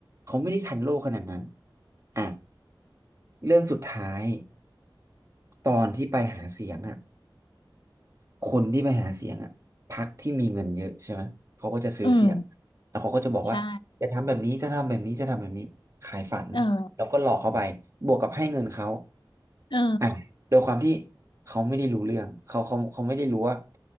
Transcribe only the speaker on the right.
เขาไม่ได้ทันโลกขนาดนั้นอ่ะเรื่องสุดท้าย ตอนที่ไปหาเสียงอ่ะคนที่ไปหาเสียงอ่ะพรรคที่มีเงินเยอะใช่ไหมเขาก็จะซื้อเสียง
แล้วเขาก็จะบอกว่าจะทำแบบนี้จะทำแบบนี้จะทำแบบนี้ขายฝันแล้วก็หลอกเขาไปบวกกับให้เงินเขา
อ่ะโดยความที่เขาไม่ได้รู้เรื่องเขาเขาเขาไม่ได้รู้ว่า